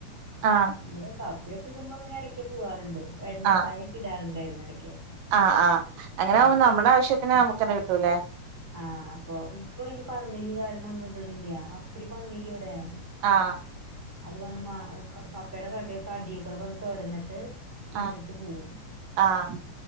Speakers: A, on the right (about 80°); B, in the centre.
A: ആഹ്
B: ഇവിടെ കാപ്പ അൊക്ക ഇടുമ്പോ അങ്ങെ ഇടക്കക്ക് പോകാുണ്ട് വെണ്ടക്കായൊക്കെ
A: ആഹ്
B: ഇടാറുണ്ടായിുന്ന ഇടക്കെ
A: ആഹ് ആഹ് അങ്ങനെ
B: ആഹ
A: ആവുമ്പോ
B: പിന്നെ
A: നമ്മുടെ ആവശ്യത്തിന് നമുക്കന്നെ കിട്ടൂലേ
B: ആഹ അപ്പൊ ഇപ്പൊ ഇനി പറന്നില്ലഈ ക ഒന്നും ഇണില്ല അപ്പടി പന്നില്ല ഇവിടെ
A: ആഹ
B: അത് വന്ന് മാ കപ്പയുടെ കട കടിയ കൂടെ വന്ന് തുരന്നിട്ട് തിന്നിട്ട്
A: ആഹ്
B: പോവും
A: ആഹ്